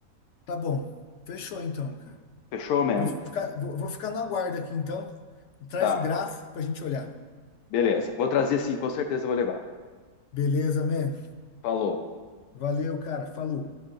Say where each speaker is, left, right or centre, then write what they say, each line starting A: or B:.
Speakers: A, on the left; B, on the left.
A: Tá bom. Fechou então, cara.
B: Fechou, man?
A: Vou ficar, vou, vou ficar no aguardo aqui então. Traz
B: Tá,
A: o grafo pra gente olhar.
B: beleza. Vou trazer sim, com certeza eu vou levar.
A: Beleza, man?
B: Falou.
A: Valeu, cara. Falou.